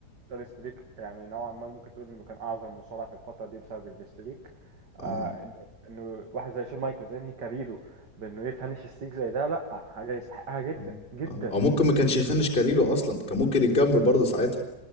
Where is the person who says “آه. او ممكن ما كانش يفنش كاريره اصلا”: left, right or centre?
Left